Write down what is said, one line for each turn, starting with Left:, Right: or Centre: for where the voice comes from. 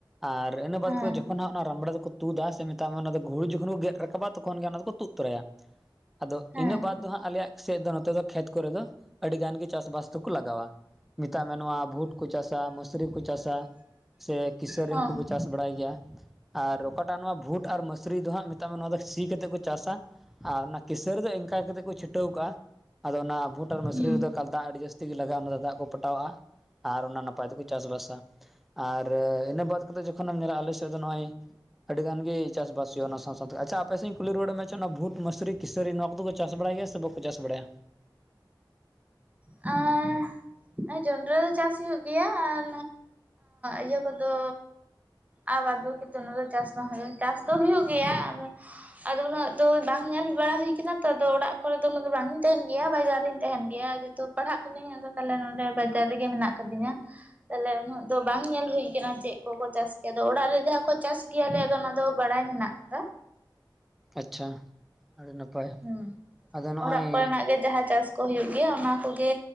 Centre: ᱟᱨ ᱤᱱᱟᱹ ᱵᱟᱫᱽ
Right: ᱦᱮᱸ
Centre: ᱠᱟᱛᱮᱫ ᱡᱚᱠᱷᱚᱱ ᱦᱟᱸᱜ ᱚᱱᱟ ᱨᱟᱢᱵᱽᱲᱟ ᱫᱚᱠᱚ ᱛᱩᱫᱟ ᱥᱮ ᱢᱮᱛᱟᱜ ᱢᱮ ᱚᱱᱟ ᱫᱚ ᱜᱷᱩᱲᱩ ᱡᱚᱠᱷᱚᱱ ᱠᱚ ᱜᱮᱫ ᱨᱟᱠᱟᱵᱟ ᱛᱚᱠᱷᱚᱱ ᱜᱮ ᱚᱱᱟ ᱫᱚᱠᱚ ᱛᱩᱫ ᱛᱚᱨᱟᱭᱟ᱾ ᱟᱫᱚ
Right: ᱦᱮᱸ
Centre: ᱤᱱᱟᱹ ᱵᱟᱫ ᱫᱚ ᱦᱟᱸᱜ ᱟᱞᱮᱭᱟᱜ ᱥᱮᱫ ᱫᱚ ᱱᱚᱛᱮ ᱫᱚ ᱠᱷᱮᱛ ᱠᱚᱨᱮ ᱫᱚ ᱟᱹᱰᱤ ᱜᱟᱱ ᱜᱮ ᱪᱟᱥ ᱵᱟᱥ ᱫᱚᱠᱚ ᱞᱟᱜᱟᱣᱟ᱾ ᱢᱮᱛᱟᱜ ᱢᱮ ᱱᱚᱣᱟ ᱵᱷᱩᱴ ᱠᱚ ᱪᱟᱥᱟ ᱢᱟᱹᱥᱨᱤ ᱦᱚ ᱠᱚ ᱪᱟᱥᱟ ᱥᱮ ᱠᱤᱥᱟᱹᱨᱤ
Right: ᱦᱮᱸ
Centre: ᱦᱚᱸᱠᱩ ᱠᱚ ᱪᱟᱥᱟ᱾ ᱵᱟᱲᱟᱭ ᱜᱮᱭᱟ᱾ ᱟᱨ ᱚᱠᱟᱴᱟᱜ ᱱᱚᱣᱟ ᱵᱷᱩᱴ ᱟᱨ ᱢᱟᱥᱨᱤ ᱫᱚ ᱦᱟᱸᱜ ᱢᱮᱛᱟᱜ ᱢᱮ ᱱᱚᱣᱟ ᱫᱚ ᱥᱤ ᱠᱟᱛᱮᱫ ᱠᱚ ᱪᱟᱥᱟ᱾ ᱟᱨ ᱚᱱᱟ ᱠᱤᱥᱟᱨᱤ ᱫᱚ ᱤᱱᱠᱟ ᱠᱟᱛᱮ ᱠᱚ ᱪᱷᱤᱴᱟᱹᱣ ᱠᱟᱜᱼᱟ ᱟᱫᱚ ᱚᱱᱟ ᱵᱷᱩᱴ ᱟᱨ ᱢᱟᱥ
Right: ᱦᱩᱸ
Centre: ᱮᱠᱟᱞ ᱫᱟᱜ ᱟᱰᱤ ᱡᱟᱥᱛᱤ ᱜᱮ ᱞᱟᱜᱟᱣᱱᱟ ᱚᱱᱟ ᱛᱮ ᱫᱟᱜ ᱠᱚ ᱯᱚᱴᱟᱣᱟᱜᱼᱟ ᱟᱨ ᱚᱱᱟ ᱱᱟᱯᱟᱭ ᱛᱮᱠᱚ ᱪᱟᱥᱵᱟᱥᱟ᱾ ᱟᱨ ᱤᱱᱟᱹ ᱵᱟᱫ ᱠᱟᱛᱮᱫ ᱡᱚᱠᱷᱚᱱᱮᱢ ᱧᱮᱞᱟ ᱟᱞᱮ ᱥᱮᱫ ᱫᱚ ᱱᱚᱜᱼᱚᱭ ᱟᱹᱰᱤ ᱜᱟᱱ ᱜᱮ ᱪᱟᱥᱵᱟᱥ <unintelligible> ᱚᱱᱟ ᱥᱟᱶ ᱥᱟᱶᱛᱮ ᱟᱪᱪᱷᱟ ᱟᱯᱮ ᱥᱮ ᱤᱧ ᱠᱩᱞᱤ ᱨᱩᱣᱟᱹᱲ ᱢᱮᱭᱟ ᱪᱮ ᱚᱱᱟ ᱵᱷᱩᱴ ᱢᱟᱥᱨᱤ ᱠᱤᱥᱟᱹᱨᱤ ᱱᱚᱣᱟ ᱠᱚᱫᱚ ᱠᱚ ᱪᱟᱥ ᱵᱟᱲᱟᱭ ᱜᱮᱭᱟ ᱥᱮ ᱵᱟᱠᱚ ᱪᱟᱥ ᱵᱟᱲᱟᱭᱟ?
Right: ᱟᱻᱦ ᱦᱮᱸ ᱡᱚᱱᱰᱨᱟ ᱫᱚ ᱪᱟᱥ ᱦᱩᱭᱩᱜ ᱜᱮᱭᱟ ᱟᱨ ᱤᱭᱟᱹ ᱠᱚᱫᱚ ᱟᱨ ᱵᱟᱫ ᱵᱟᱠᱤ ᱫᱚ ᱚᱱᱟᱫᱚ ᱪᱟᱥ ᱵᱟᱝ ᱦᱩᱭᱩᱜ ᱪᱟᱥ ᱫᱚ ᱦᱩᱭᱩᱜ ᱜᱮᱭᱟ ᱟᱫᱚ ᱟᱫᱚ ᱩᱱᱟᱹᱜ ᱫᱚ ᱵᱟᱝ ᱧᱮᱞ ᱵᱟᱲᱟ ᱦᱩᱭᱠᱟᱱᱟ ᱛᱚ ᱟᱫᱚ ᱚᱲᱟᱜ ᱠᱚᱨᱮ ᱫᱚ ᱩᱱᱟᱹᱜ ᱫᱚ ᱵᱟᱝᱤᱧ ᱛᱟᱦᱮᱱ ᱜᱮᱭᱟ ᱵᱟᱡᱟᱨ ᱨᱤᱧ ᱛᱟᱦᱮᱱ ᱜᱮᱭᱟ ᱡᱚᱛᱚ ᱯᱟᱲᱦᱟᱜ ᱠᱟᱹᱱᱟᱹᱧ ᱟᱫᱚ ᱛᱟᱦᱞᱮ ᱱᱚᱰᱮ ᱵᱟᱡᱟᱨ ᱨᱮᱜᱮ ᱢᱮᱱᱟᱜ ᱠᱟᱫᱤᱧᱟ᱾ ᱛᱟᱦᱚᱞᱮ ᱩᱱᱟᱹᱜ ᱫᱚ ᱵᱟᱝ ᱧᱮᱞ ᱦᱩᱭ ᱠᱟᱱᱟ ᱪᱮᱫ ᱠᱚᱠᱚ ᱪᱟᱥ ᱜᱮᱭᱟ ᱟᱫᱚ ᱚᱲᱟᱜ ᱨᱮ ᱡᱟᱦᱟᱸ ᱠᱚ ᱪᱟᱥ ᱜᱮᱭᱟᱞᱮ, ᱟᱫᱚ ᱚᱱᱟ ᱫᱚ ᱵᱟᱲᱟᱭ ᱢᱮᱱᱟᱜ ᱠᱟᱫᱟ᱾
Centre: ᱟᱪᱪᱷᱟ᱾ ᱟᱹᱰᱤ ᱱᱟᱯᱟᱭ
Right: ᱦᱮᱸ
Centre: ᱟᱫᱚ ᱱᱚᱜᱼᱚᱭ
Right: ᱚᱲᱟᱜ ᱠᱚᱨᱮᱱᱟᱜ ᱜᱮ ᱡᱟᱦᱟᱸ ᱪᱟᱥ ᱠᱚ ᱦᱩᱭᱩᱜ ᱜᱮᱭᱟ ᱚᱱᱟ ᱠᱚᱜᱮ